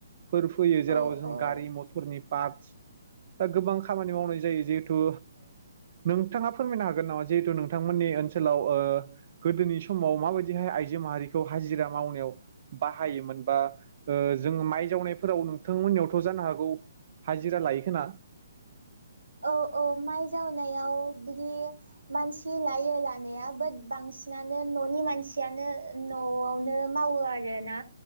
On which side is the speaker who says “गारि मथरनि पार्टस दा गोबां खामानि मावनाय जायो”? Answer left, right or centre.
Right